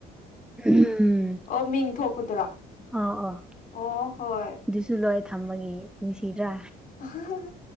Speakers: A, in the centre; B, on the left.
A: ꯎꯝ
B: ꯑꯣ ꯃꯤꯡ ꯊꯣꯛꯄꯗꯨꯔꯣ
A: ꯑꯣ ꯑꯣ
B: ꯑꯣ ꯍꯣꯏ
A: ꯑꯗꯨꯁꯨ ꯂꯣꯏ ꯊꯝꯕꯒꯤ ꯅꯨꯡꯁꯤꯗ꯭ꯔꯥ
B: ꯑꯍ